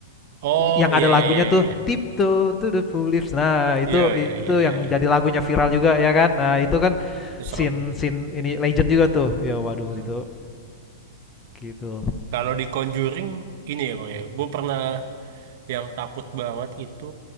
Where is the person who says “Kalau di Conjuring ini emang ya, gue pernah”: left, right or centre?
Right